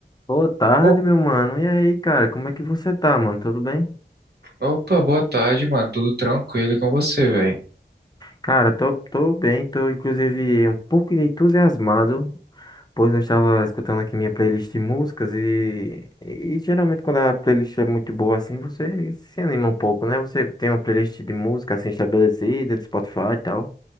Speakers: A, on the left; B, on the right.
A: Boa tarde,
B: Op-
A: meu mano. E aí, cara, como é que você tá, mano? Tudo bem?
B: Opa, boa tarde, mano. Tudo tranquilo e com você, velho?
A: Cara, tô, tô bem, tô inclusive um pouco entusiasmado, pois eu estava escutando aqui minha playlist de músicas e, e geralmente quando a playlist é muito boa assim, você se anima um pouco, né? Você tem uma playlist de música assim estabelecida, do Spotify e tal.